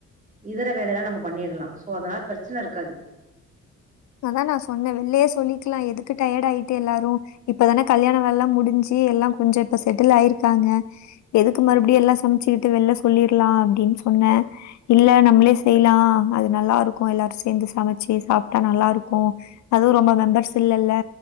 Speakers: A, on the right (about 25°); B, on the left (about 65°).
A: இதர வேலைலா நம்ம பண்ணிடலா சோ அதனால பிரச்சன இருக்காது
B: அதா நா சொன்ன வெள்ளலயே சொல்லிக்கலா எதுக்கு டயட் ஆயிட்டு எல்லாரு இப்பதன கல்யாண வேல்லா முடிஞ்சி எல்லா கொஞ்ச இப்ப செட்டில் ஆயிருக்காங்க எதுக்கு மறுபடியு எல்லா சமச்சிகிட்டு வெள்ல சொல்லிலா அப்டின் சொன்ன இல்ல நம்ளே செய்லா அது நல்லா இருக்கு எல்லாரு சேந்து சமைச்சி சாப் டா நல்லா இருக்கு அதுவு ரொம்ப மெம்பர்ஸ் இல்லல்ல